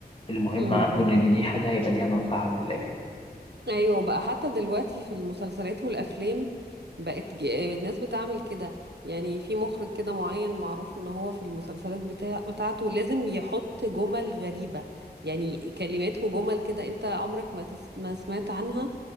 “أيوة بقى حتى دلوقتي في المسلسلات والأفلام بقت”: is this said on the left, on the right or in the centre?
Right